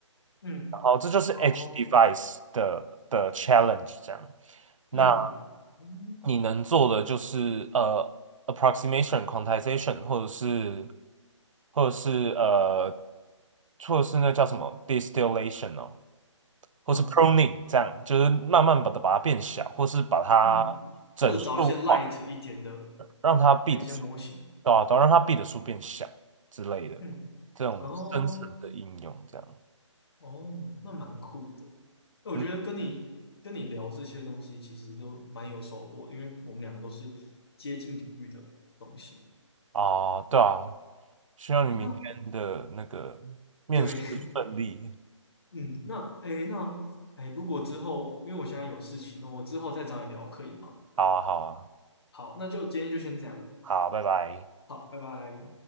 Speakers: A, on the left (about 50°); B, on the right (about 80°).
A: 嗯，
B: 然后这就是
A: 哦，
B: edge device 的的 challenge 这样。那
A: 嗯嗯
B: 你能做的就是呃 approximation、quantization，或者是或者是呃，或者是那叫什么 distillation 哦，或是
A: 嗯
B: pruning 这样，就是慢慢把它把它变小，或是把它
A: 嗯，
B: 整数化，
A: 或者找一些 light 一点的
B: 让它 b
A: 的一些模型。
B: 的数，对吧、啊？对啊让它 b 的数变小之类的，
A: 嗯，
B: 这种深层的应用这样。
A: 哦哦，那蛮酷的。哎我觉得跟你跟你聊这些东西，
B: 嗯。
A: 其实都蛮有收获的因为我们两个都是接近领域的东西。
B: 啊，对啊，希望你明天的那个面试顺利。
A: 哎，那对，嗯，那哎那哎，诶如果之后，因为我现在有事情了，我之后再找你聊可以吗？
B: 好啊，好啊，
A: 好，那就今天就先这样，
B: 好，拜拜。
A: 好，拜拜。